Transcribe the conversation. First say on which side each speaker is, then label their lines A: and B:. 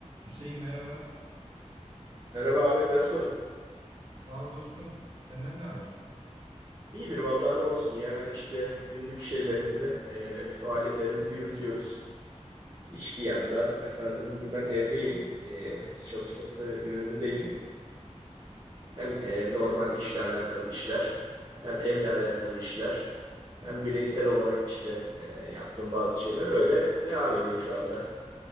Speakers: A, on the right; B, on the right.
A: Hüseyin merhaba.
B: Merhaba Ahmet nasılsın?
A: Sağ ol dostum. Senden ne haber?
B: İyidir vallahi ne olsun ya işte günlük şeylerimizi, e, faaliyetlerimizi yürütüyoruz. İş bir yandan efendim bugün ben evdeyim. E, ofis çalışması gününde değilim. Hem e, normal işle alakalı işler, hem evle alakalı işler, hem bireysel olarak işte e, yaptığım bazı şeyler öyle devam ediyor şu anda.